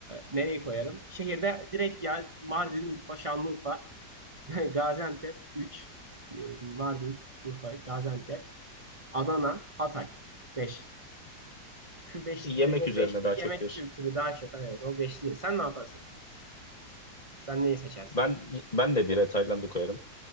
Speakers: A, on the right; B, on the left.
A: nereyi koyarım? Şehirde direkt ya Mardin, Urfa, Şanlıurfa. <laughs> Gaziantep 3, Mardin, Urfa, Gaziantep, Adana, Hatay 5. Şu beşli
B: Yemek
A: direkt o
B: üzerine
A: beşli
B: daha çok
A: yemek
B: diyorsun.
A: kültürü daha çok. Evet, o beşli. Sen ne yaparsın? Sen neyi seçersin?
B: Ben ben de bire Tayland'ı koyarım.